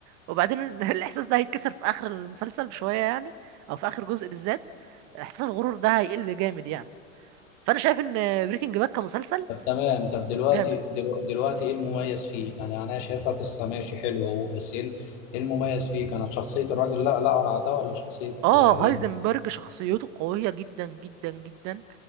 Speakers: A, on the right; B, on the left.
A: وبعدين <laughs> الاحساس ده هيتكسر في اخر المسلسل بشويه يعني او في اخر جزء بالذات احساس الغرور ده هيقل جامد يعني فانا شايف ان بريكنج باد كمسلسل
B: طب تمام طب دلوقتي
A: جامد
B: دلو- دلوقتي ايه المميز فيه انا انا شايفها قصه ماشي حلوه اهو بس ايه ال- إيه المميز فيه كانت شخصيه الراجل لا لا قرع ده ولا شخصيه
A: اه
B: آه، ايه
A: هايزنبرج شخصيته قوية جدا جدا جدا